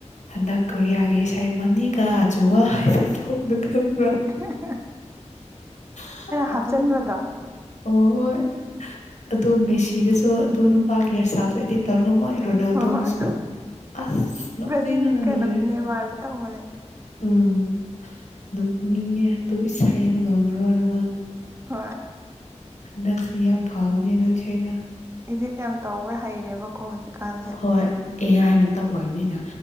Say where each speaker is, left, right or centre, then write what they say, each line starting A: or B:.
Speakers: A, on the left; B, on the right.
A: ꯍꯟꯗꯛ ꯀꯣꯔꯤꯌꯥꯒꯤ ꯏꯁꯩ ꯑꯃ ꯅꯤꯒ ꯆꯨꯋꯥ ꯇꯧꯕꯗꯣ ꯈꯪꯕ꯭ꯔꯥ
B: ꯍꯥꯍꯥ
A: ꯍꯥ ꯑꯗꯨ
B: ꯍꯥꯞꯆꯤꯟꯕꯗꯣ
A: ꯑꯣ ꯍꯣꯏ ꯑꯗꯣ ꯃꯦꯁꯤꯗꯁꯨ ꯑꯗꯨ ꯅꯨꯄꯥꯒꯤ ꯑꯁꯥꯗ ꯑꯣꯏꯗꯤ ꯇꯧꯔꯒ ꯃꯣꯏ ꯔꯣꯅꯥꯜꯗꯣꯒꯤꯁꯨ
B: ꯍꯣꯏ ꯍꯣꯏ
A: ꯑꯁ ꯅꯣꯛꯅꯤꯡꯕꯅ
B: ꯕ꯭ꯔꯥꯖꯤꯜ ꯀꯩꯅꯣ
A: ꯂꯣꯏꯔꯦ
B: ꯅꯦꯃꯥꯔꯁꯨ ꯇꯧꯕꯅꯦ
A: ꯎꯝ ꯅꯣꯛꯅꯤꯡꯉꯦ ꯇꯨ ꯏꯁꯩꯗꯨ ꯃꯔꯣꯜ ꯑꯃ
B: ꯍꯣꯏ
A: ꯗꯁꯤꯕꯤ ꯌꯥꯝ ꯐꯥꯎꯅꯦꯗꯣ ꯏꯁꯩꯗꯣ
B: ꯏꯗꯤꯠ ꯌꯥꯝ ꯇꯧꯕ ꯍꯩꯔꯦꯕꯀꯣ ꯍꯧꯖꯤꯛꯀꯥꯟꯁꯦ
A: ꯍꯣꯏ ꯑꯦ ꯑꯥꯏ ꯃꯇꯝ ꯑꯣꯏꯕꯅꯤꯅ